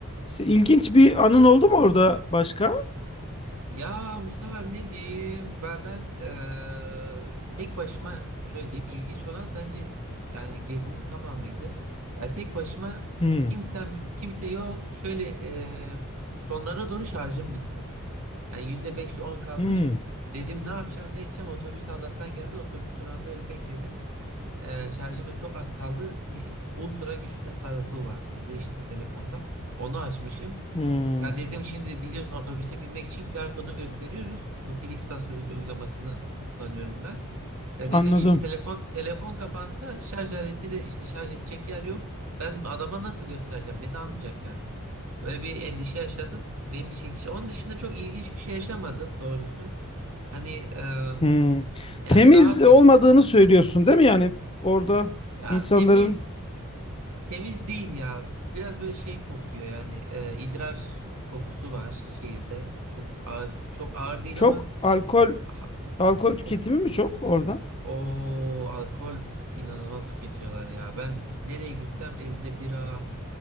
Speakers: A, on the left; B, on the right.
A: Se- İlginç bir anın oldu mu orada başka?
B: Ya Mustafa abi ne diyeyim? Ben, ben eee, tek başıma şöyle diyeyim ilginç olan bence yani gezinin tamamıydı. Ya tek başıma
A: Hmm,
B: kimsem kimse yok. Şöyle eee, sonlara doğru şarjım bitti. Yani yüzde beş on kalmış.
A: hmm,
B: Dedim ne yapacağım ne edeceğim otobüs Allah'tan geldi otobüs durağında öyle bekledim. Eee şarjım da çok az kaldı. Eee, Ultra güç tasarrufu var bizde işte telefonda. Onu açmışım.
A: hmm.
B: Ya dedim şimdi biliyorsun otobüse binmek için QR kodu gösteriyoruz. Bu FlixBus uygulamasını kullanıyorum ben. Ya dedim
A: Anladım.
B: şimdi telefon telefon kapansa şarj aleti de işte şarj edecek yer yok. Ben adama nasıl göstereceğim? Beni almayacak yani. Böyle bir endişe yaşadım. Benim için kişi. Onun dışında çok ilginç bir şey yaşamadım doğrusu. Hani e,
A: Hmm.
B: yani
A: Temiz
B: rahat geçti.
A: olmadığını söylüyorsun değil mi? Yani orada
B: Ya
A: insanların
B: temiz Temiz değil ya. Biraz böyle şey kokuyor yani e, idrar kokusu var şehirde. Çok ağır, çok ağır değil
A: Çok
B: ama
A: alkol
B: aha,
A: alkol tüketimi
B: o,
A: mi çok orada?
B: o alkol inanılmaz tüketiyorlar ya. Ben nereye gitsem elinde bira